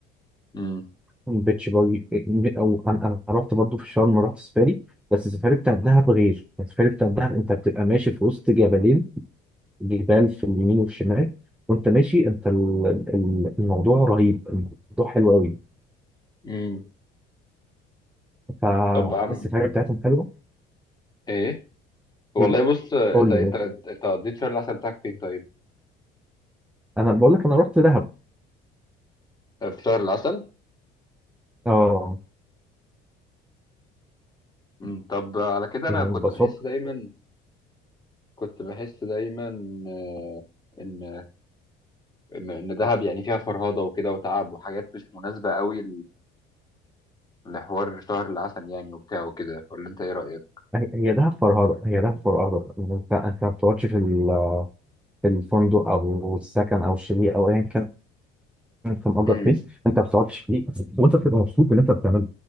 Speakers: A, on the left (about 20°); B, in the centre.
A: امم
B: بيتش باجي أو أنا أنا رحت برضه في شرم رحت سفاري بس السفاري بتاع الدهب غير السفاري بتاع الدهب أنت بتبقى ماشي في وسط جبلين جبال في اليمين والشمال وأنت ماشي أنت ال- ال- الموضوع رهيب الموضوع حلو أوي
A: امم
B: فالسفاري
A: طب عم
B: بتاعتهم حلوة
A: ايه والله
B: إيه
A: بص انت
B: قول
A: انت
B: لي
A: انت قضيت شهر العسل بتاعك فين طيب
B: انا بقول لك انا رحت دهب
A: آه، في شهر العسل
B: اه
A: امم طب على كده انا
B: يعني
A: كنت
B: ببساطه
A: بحس دايما كنت بحس دايما آه، ان ان إن دهب يعني فيها فرهضه وكده وتعب وحاجات مش مناسبه قوي لحوار شهر العسل يعني وبتاع وكده ولا انت ايه رأيك؟
B: هي هي دهب فرهده هي دهب فرهده إن انت انت ما بتقعدش في ال- في الفندق او السكن او الشاليه او ايا كان انت مأجر
A: مم.
B: فين انت ما بتقعدش فيه وانت بتبقى مبسوط باللي انت بتعمله